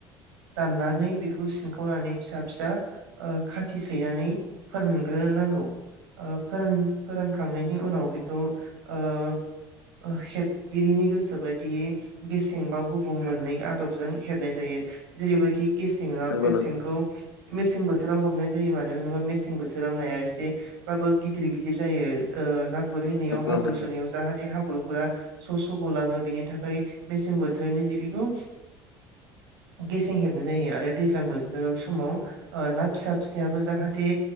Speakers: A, on the right (about 75°); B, on the left (about 85°).
A: दाननानै बेखौ सिनखावनानै फिसा फिसा खाथि सैनानै फोरानग्रो नांगौ ओ फोरान फोरानखांनायनि उनाव बे खौ ओ हेबगिरिनि गोसो बायदियै गेसेंबा गुबुं मोननै आदबजों हेबनाय जायो जेरैबायदि गेसेङा
B: नंगौ
A: गेसेंखौ
B: नंगौ
A: मेसें बो बोथोराव हमनाय जायो मानो होनोबा मेसें बोथोराव नाया एसेबाबो गिदिर गिदिर जायो ओ ना गुर हैनायाव
B: औ उम
A: हाब्रु
B: उम औ नंगौ नोंथां
A: सुनायाव जाहाथे हाब्रु आ स स गलांङो बिनि थाखाय मेसें बोथोरनि जेखायखौ गेसें हेबनाय जायो आरो दै ज्लां बोथोर समाव ओ ना फिसा फिसायाबो जाहाथे